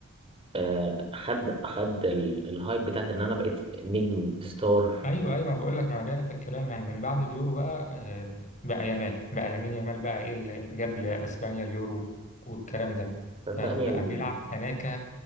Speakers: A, on the right; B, on the left.
A: آه، خد خد ال- الهايب بتاعت ان انا بقيت نجم ستار
B: ايوه ايوه ما بقول لك ما انا جاي لك في الكلام يعني من بعد اليورو بقى آه، بقى يامال بقى لامين يامال بقى ايه اللي اللي جاب لاسبانيا اليورو والكلام ده
A: صدقني
B: فبقى
A: ال...
B: بيلعب بتناكة